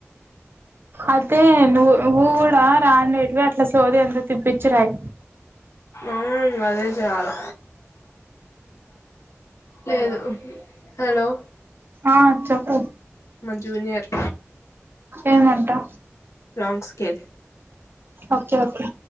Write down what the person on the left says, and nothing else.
ఉం అదే చేయాలా లేదు హలో
మా జూనియర్
టంగ్ స్కెల్